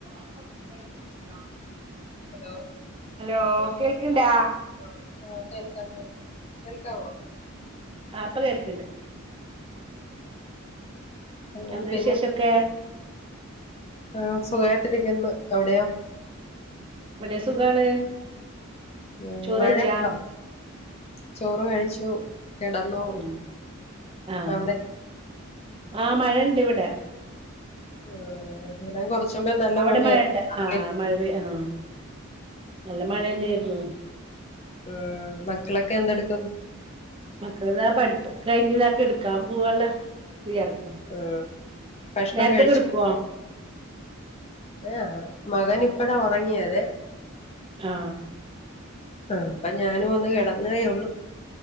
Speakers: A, on the right; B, on the left.
A: <unintelligible>
B: ഹലോ
A: ഹലോ കേൾക്ക്‌ണ്ടാ
B: ആ ആഹ് കേൾക്ക കേ കേൾക്കാവോ
A: ആ പ്പ കേൾക്കണ്ട്
B: ഉം
A: എന്താ
B: പിന്നെ
A: വിശേഷൊക്കെ
B: ആ സുഖായിട്ടിരിക്കന്ന് അവിടെയാ
A: ഇവിടെ സുഖാണ്
B: ഉ
A: ചോറെയ്ച്ചാ
B: മഴണ്ട ചോറ് കഴിച്ചു കിടന്നു
A: ഉം ആ
B: അവിടെ
A: ആ മഴണ്ട് ഇവിടെ
B: ആഹ് ഇവിടേം കൊറച്ച് മുമ്പേ നല്ല
A: അവിടെ
B: മഴയായിരുന്നു
A: മഴണ്ട
B: രാവിലെ
A: ആ മഴ പെയ്യ ആഹ് നല്ല മഴ തന്നെയായിരുന്നു
B: ഉം മക്കളൊക്കെ എന്തെടുക്കും
A: മക്കളിതാ പഠിപ്പ് കഴിഞ് ഇത കെടുക്കാൻ പോവല്ല <unintelligible>
B: ആഹ് ഭക്ഷണം
A: നേരത്തെെ
B: കഴിച്ചു
A: എടുക്കുവോ
B: ആ മകൻ ഇപ്പടാ ഉറങ്ങിയതെ
A: ആഹ്
B: ആ അപ്പൊ ഞാനും ഒന്ന് കിടന്നതേ ഉള്ളൂ